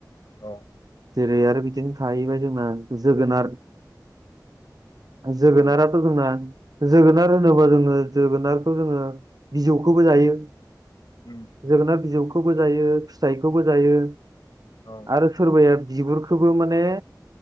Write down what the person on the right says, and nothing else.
जेरै आरो बिदिनो थाहैबाय जोंना जोगोनार जोगोनाराथ'
जोंना जोगोनार होनोबा जोङो जोगोनारखौ जोङो बिजौखौबो जायो।
जोगोनार बिजौखौबो जायो, फिथाइखौबो जायो
आरो सोरबाया बिगुरखोबो माने